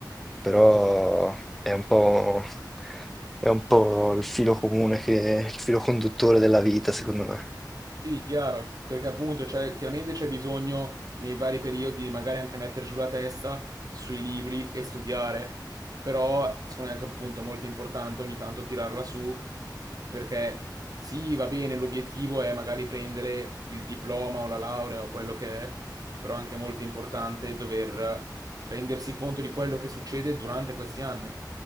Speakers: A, in the centre; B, on the right.
A: però è un po', è un po' il filo comune che, il filo conduttore della vita, secondo me.
B: Sì, chiaro, perché appunto c'è- chiaramente c'è bisogno nei vari periodi di magari anche mettere giù la testa sui libri e studiare, però secondo me è anche appunto molto importante ogni tanto tirarla su perché sì, va bene, l'obiettivo è magari prendere il diploma o la laurea o quello che è, però è anche molto importante dover rendersi conto di quello che succede durante questi anni,